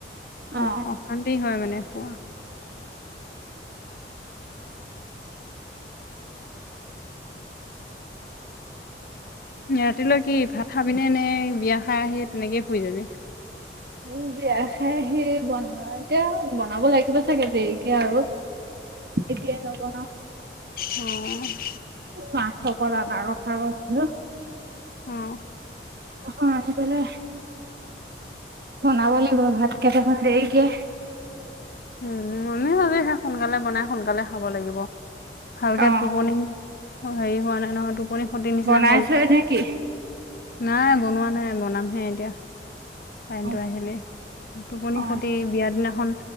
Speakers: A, on the right; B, on the left.
A: অ
B: স অশান্তি হয় মানে শুৱা। ৰাতিলৈ কি ভাত খাবিনে এ নে বিয়া খাই আহি তেনেকে শুই যাবি?
A: উম বিয়া খাই আহি বন এতিয়া বনাব লাগিব চাগে দেৰিকে আৰু। এতিয়াই নবনা?
B: অঁ।
A: মা চক দানাৰ কথা কৈছিলো।
B: অ অ
A: আ পেল <unintelligible> বনাব লাগিব ভাত কেইটা মান দেৰিকে
B: উম, মমি আজি সে সোনকালে বনাই সোনকালে খাব লাগিব। ভালকে
A: অ
B: টোপনি হেৰি হোৱা নাই নহয় টোপনি খতি নিচিনা
A: বনাইছই
B: হল।
A: নেকি
B: নাই বনোৱা নাই বনামহে এতিয়া। লাইনটো
A: অ
B: আহিলে, টোপনি
A: অ
B: খতি বিয়া দিনাখন